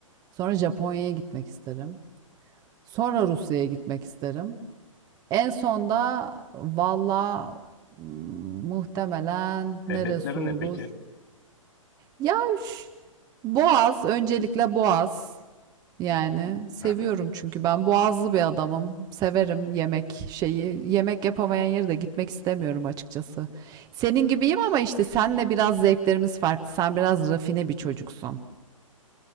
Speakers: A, on the right; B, on the left.
A: Sonra Japonya'ya gitmek isterim. Sonra Rusya'ya gitmek isterim. En son da valla mm, muhtemelen neresi
B: Sebepleri
A: olur?
B: ne peki?
A: Ya üf, Boğaz, öncelikle Boğaz. Yani seviyorum
B: <laughs>
A: çünkü ben boğazlı bir adamım. Severim yemek şeyi. Yemek yapamayan yere de gitmek istemiyorum açıkçası. Senin gibiyim ama işte senle biraz zevklerimiz farklı. Sen biraz rafine bir çocuksun.